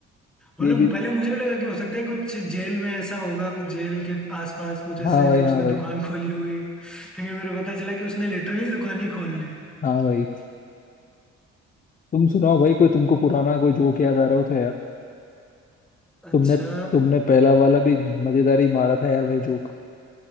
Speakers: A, in the centre; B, on the left (about 25°).
A: मतलब
B: ये भी
A: पहले मुझे भी लगा कि हो सकता है कुछ जेल में ऐसा होगा कुछ जेल के आसपास कुछ ऐसे
B: हाँ भाई
A: जो
B: हाँ
A: उसने
B: भाई
A: दुकान खोली होगी लेकिन फिर पता चला कि उसने लिटरली दुकान ही खोल ली
B: हाँ भाई तुम सुनाओ भाई कोई तुमको पुराना कोई जोक याद आ रहा हो तो यार
A: अच्छा
B: तुमने तुमने पहला वाला भी मजेदार ही मारा था यार भाई जोक